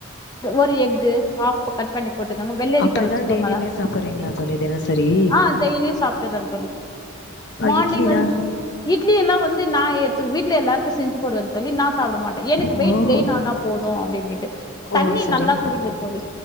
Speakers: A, on the left; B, on the left.
A: ஒரு எக் கு கப் கட் பண்ணி போட்டுக்கோங்க வெள்ளரிக்காய்
B: அப்டிதா
A: வச்சுக்கோங்களா
B: டெய்லியுமே சாப்புறீங்களா தோழி தினசரி
A: ஆஹ் டெய்லியும் சாப்பிட்டுறேன்னு தோழி
B: ஆ
A: மார்னிங்
B: இட்லிலா
A: வந் இட்லி எல்லா வந்து நான் எத்து வீட்ல எல்லாருக்கும் செஞ்சு போடுவே தோழி நான் சாப்பிட மாட்டேன் எனக்கு
B: ஓ
A: வெயிட் கெயின் ஆனா போதும் அப்டின்னு
B: ஓ
A: தண்ணி
B: சரிங்க
A: நல்லா குடிங்க தோழி